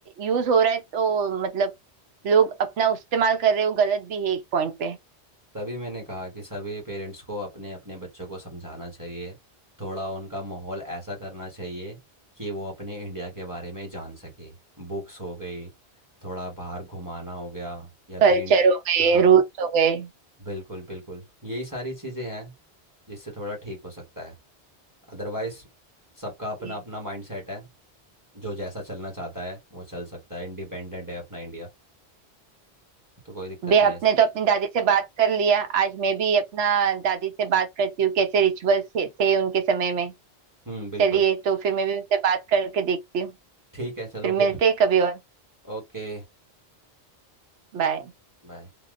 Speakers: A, on the right; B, on the right.
A: यूज हो रहा है तो मतलब लोग अपना इस्तेमाल कर रहे हो गलत भी है एक पॉइंट पे
B: तभी मैंने कहा कि सभी पेरेंट्स को अपने अपने बच्चों को समझाना चाहिए थोड़ा उनका माहौल ऐसा करना चाहिए कि वो अपने इंडिया के बारे में जान सके बुक्स हो गई थोड़ा बाहर घुमाना हो गया या फिर
A: कल्चर
B: इंड...
A: हो गए
B: हाँ
A: रूल्स हो गए
B: बिल्कुल बिल्कुल यही सारी चीज़ें हैं जिससे थोड़ा ठीक हो सकता है अदरवाइज सबका अपना
A: जी।
B: अपना माइंडसेट है जो जैसा चलना चाहता है वो चल सकता है इंडिपेंडेंट है अपना इंडिया तो कोई दिक्कत
A: बे
B: नहीं
A: आपने
B: है इसमें
A: तो अपनी दादी से बात कर लिया आज मैं भी अपना दादी से बात करती हूँ कैसे रिचुअल्स थे, थे उनके समय में
B: हम्म बिल्कुल
A: चलिए तो फिर मैं भी उनसे बात करके देखती हूँ
B: ठीक है चलो
A: फिर मिलते
B: फिर
A: हैं कभी और
B: ओके
A: बाय
B: बाय